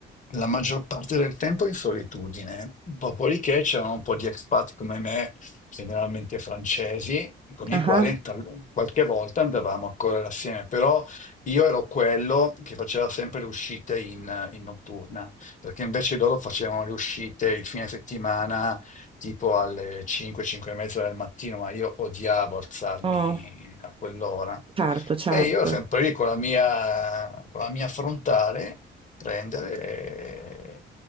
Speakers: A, on the left; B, on the right.
A: la maggior parte del tempo in solitudine, dopodiché c'erano un po' di expat come me, generalmente francesi, con
B: Ah,
A: i quali tal- qualche volta andavamo a correre assieme, però io ero quello che faceva sempre le uscite in, in notturna, perché invece loro facevano le uscite il fine settimana tipo alle 5, 5 e mezza del mattino, ma io odiavo alzarmi
B: ah. Mm,
A: a quell'ora.
B: Certo, certo,
A: E io ero sempre lì con la mia, con la mia frontale, prendere e,